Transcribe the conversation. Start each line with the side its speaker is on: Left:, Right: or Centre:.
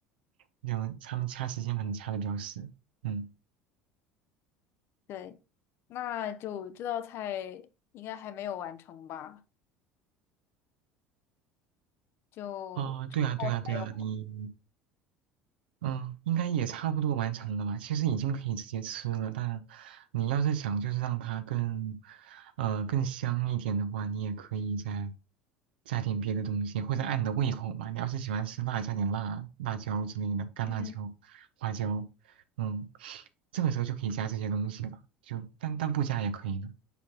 Right: 有他们掐时间可能掐的比较死。嗯，
Left: 对，那就这道菜应该还没有完成吧？就
Right: 哦，对啊，对啊，
Left: 我还有，
Right: 对啊，你嗯，应该也差不多完成了吧？其实已经可以直接吃了，但你要是想就是让它更，呃，更香一点的话，你也可以再加点别的东西，或者按你的胃口嘛。你要是喜欢吃辣，加点辣辣椒之类的，干辣椒、
Left: 嗯，
Right: 花椒，嗯，这个时候就可以加这些东西了。就但但不加也可以的，